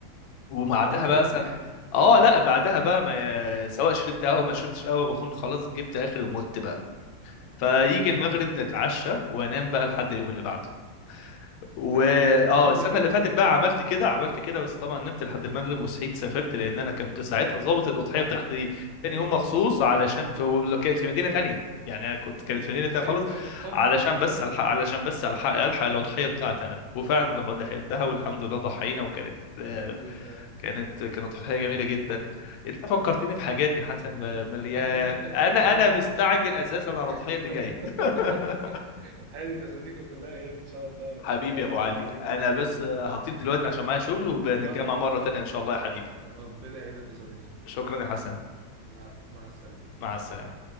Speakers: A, on the left; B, on the right.
A: وبعدها
B: خلاص بقى
A: بقى مثلا
B: سحل
A: اه
B: اه
A: لا بعدها بقى ما سواء شربت قهوه ما شربتش قهوه بكون خلاص جبت اخري ومت بقى فيجي
B: مم.
A: المغرب نتعشى وانام بقى لحد اليوم اللي بعده و
B: ده حقيقه
A: اه
B: <laughs>
A: السنه
B: ده حقيقه
A: اللي فاتت بقى عملت كده عملت كده بس طبعا نمت لحد المغرب وصحيت
B: مم.
A: سافرت لان انا كنت ساعتها ظابط الاضحيه
B: اه
A: بتاعتي تاني
B: تاني
A: يوم
B: يوم
A: مخصوص
B: بقى
A: علشان في ولو كانت في مدينه تانية يعني أنا كنت كانت
B: مم.
A: في مدينه تانية
B: ايوه
A: خالص
B: ايوه سفر
A: علشان
B: سفر
A: بس الحق علشان بس الحق الحق الاضحيه بتاعتي انا وفعلا لح- لحقتها
B: مم.
A: والحمد لله ضحينا وكانت
B: الحمد
A: آه،
B: لله
A: كانت كانت اضحيه جميله جدا انت فكرتني
B: مم.
A: بحاجات يا حسن
B: الحمد.
A: مليان
B: لله.
A: انا انا مستعجل اساسا على الاضحيه
B: <laughs>
A: اللي جايه <laughs>
B: هانت يا صديقي كلها ايام ان شاء الله
A: حبيبي
B: ربنا يعيد
A: يا ابو
B: علينا
A: علي
B: وعليك
A: انا
B: بالخير
A: بس هطيب دلوقتي عشان معايا شغل وبنتجمع
B: اتفضل
A: مرة
B: اتفضل
A: تانية ان شاء الله يا حبيبي
B: ربنا يعينك يا صديقي
A: شكرا يا حسن
B: العفو مع السلامه
A: مع السلامة